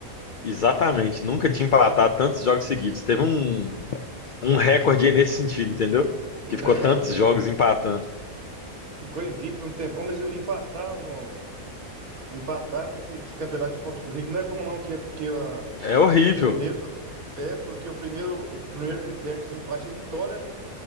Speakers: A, on the left; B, on the right.
A: exatamente. Nunca tinha empatado tantos jogos seguidos. Teve um, um recorde nesse sentido, entendeu?
B: É,
A: Que ficou tantos jogos empatando.
B: ficou invicto um tempão, mas empatar no empatar nesse, esse campeonato de ponto corrido não é bom não, que é porque a,
A: É horrível.
B: o primeiro é porque o primeiro o primeiro critério de desempate é vitória, né?